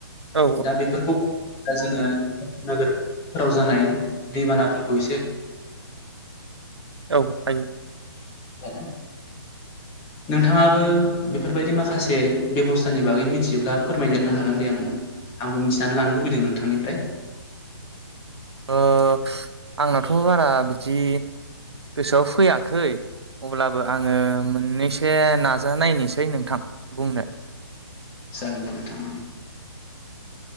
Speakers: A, on the right; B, on the left.
A: औ
B: दा बेफोरखौ जोङो नोगोर फोराव जानाय दैबानाफोरखौ
A: औ हायो
B: माने नोंथाङाबो बेफोरबायदि माखासे बेबस्थानि बागै मिथियोब्ला फोरमायदेरनो हागोन दे आंनो। आंबो मिथिनानै लानो लुबैदों नोंथांनिफ्राय
A: अ आंनाथ' बारा बिदि गोसोआव फैयाखै अब्लाबो आङो मोननैसो नाजानायनोसै नोंथां बुंनो।
B: जागोन नोंथां